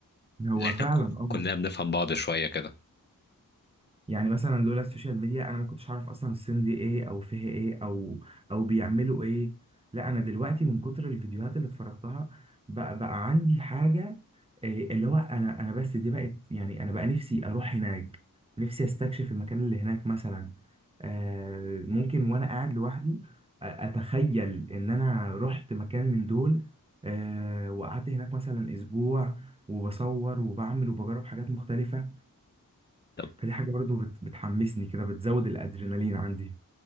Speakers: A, on the right; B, on the left.
A: هو
B: لان احنا
A: فعلا
B: ك-
A: اه
B: كلنا بنفهم بعض شوية كده
A: يعني مثلا لولا السوشيال ميديا انا ما كنتش عارف اصلا الصين دي ايه او فيها ايه او او بيعملوا ايه لا انا دلوقتي من كتر الفيديوهات اللي اتفرجتها بقى, بقى عندي حاجة إيه اللي هو انا انا بس دي بقت يعني انا بقى نفسي اروح هناك نفسي استكشف المكان اللي هناك مثلا آه ممكن وانا قاعد لوحدي أ- اتخيل ان انا رحت مكان من دول آه وقعدت هناك مثلا اسبوع وبصور وبعمل وبجرب حاجات مختلفة
B: طب
A: فدي حاجة برضو بت- بتحمسني كده بتزود الأدرينالين عندي